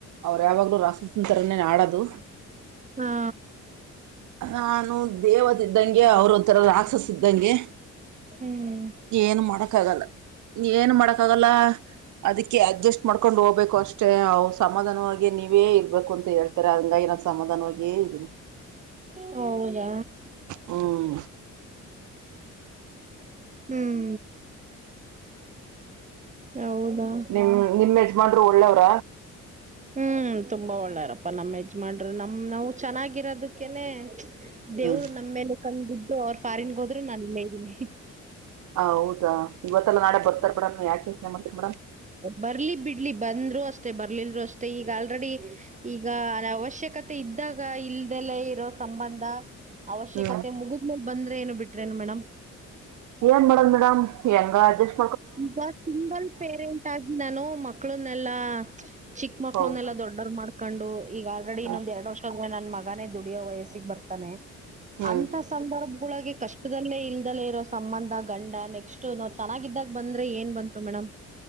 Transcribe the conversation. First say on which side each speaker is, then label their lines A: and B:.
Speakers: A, on the right; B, on the right.
A: ಅವ್ರ ಯಾವಾಗ್ಲೂ ರಾಷ್ಟತತ್ರರನ್ನೇ ಆಡೋದು
B: ಹಾ
A: ನಾನು ದೇವತೆ ಇದ್ದಂಗೆ ಅವ್ರ ಒಥರ ರಾಕ್ಷಸ ಇದ್ದಂಗೆ
B: ಹ್ಮ್
A: ಏನು ಮಾಡಕ್ಕ ಆಗಲ್ಲ ಏನ್ ಮಾಡಕ ಆಗಲ್ಲ ಅದಕ್ಕೆ ಅಡ್ಜಸ್ಟ್ ಮಾಡ್ಕೊಂಡ್ ಹೋಗ್ಬೇಕ ಅಷ್ಟೇ ಅವವು ಸಮಾಧಾನವಾಗಿ ನೀವೇ ಇರ್ಬೇಕು ಅಂತ ಹೇಳ್ತಾರೆ ಹಂಗನ ಸಮಧಾನವಾಗಿಯೇ ಇದ್ದೀನಿ
B: ಹೌದ
A: ಹ್ಮ್
B: ಹ್ಮ್ ಹೌದಾ
A: ನಿಮ್ ನಿಮ್ಮ್ ಯಜಮಾನ್ರು ಒಳ್ಳೆವ್ರ?
B: ಹ್ಮ್ ತುಂಬಾ ಒಳ್ಳೆರಪ್ಪಾ ನಮ್ಮ್ ಯಜಮಾನ್ರೂ ನಮ್ಮ ನಾವು ಚೆನ್ನಾಗಿರೋದಕ್ಕೇನೆ ದೇವ್ರು
A: ಹ್ಮ್
B: ನಮ್ಮ ಮೇಲೆ ಕಣ್ಣ ಬಿದ್ದು ಅವರು ಫಾರನ್ಗೆ ಹೋದ್ರು ನಾನೀಲ್ಲೇ ಇದೀನಿ.
A: ಹ ಹೌದಾ ಇವತ್ತಲ್ಲಾ ನಾಳೆ ಬರ್ತಾರೆ ಮೇಡಮ್ ಯಾಕೆ ಯೋಚನೆ ಮಾಡ್ತೀರಿ ಮೇಡಮ್
B: ಬರ್ಲಿ ಬಿಡ್ಲಿ ಬಂದ್ರು ಅಷ್ಟೇ ಬರ್ಲಿಲ್ ಆಂಡ್ರುವೆ ಅಷ್ಟೇ ಮತ್ತೆ ಈಗ ಆಲ್ರೆಡಿ ಈಗ ಅವಶ್ಯಕತೆ ಇದ್ದಾಗ ಇಲ್ದೆಲ್ಲ ಇರೋ ಸಂಬಂಧ ಅವಶ್ಯಕತೆ
A: ಹ್ಮ್
B: ಮುಗಿದಮೇಲೆ ಬಂದ್ರೆ ಏನು ಬಿಟ್ರೇನು ಮೇಡಮ್
A: ಏನ್ ಮಾಡಡಮ್ ಮೇಡಮ್ ಹೆಂಗ ಅ ಜಸ್
B: ಈಗ ಸಿಂಗಲ್ ಪೇರೆಂಟ್ ಆಗ ನಾನು ಮಕ್ಳನ್ನೆಲ್ಲಾ ಚಿಕ್ಕ ಮಕ್ಳುನ್ನೆಲ್ಲ
A: ಹೌದು
B: ದೊಡ್ಡವ್ ಮಾಡಕು ಈಗ ಆಲ್ರೆಡಿ
A: ಹ್ಮ್
B: ಇನ್ನೊಂದ ಎರಡು ವರ್ಷದ ಮಗನೇ ದುಡಿಯೋ ವಯಸ್ಸಿಗೆ ಬರ್ತಾನೆ ಅಂತ
A: ಹ್ಮ್
B: ಸಂದರ್ಭಗಳ ಕಷ್ಟದಲ್ಲೇ ಇಲ್ದಲ್ಲೇ ಇರೋ ಸಂಬಂಧ ಗಂಡ ನೆಕ್ಸ್ಟ್ ನಾವ್ ಚೆನ್ನಾಗಿದ್ದಾಗ ಬಂದ್ರೆ ಏನ್ ಬಂತು ಮೇಡಮ್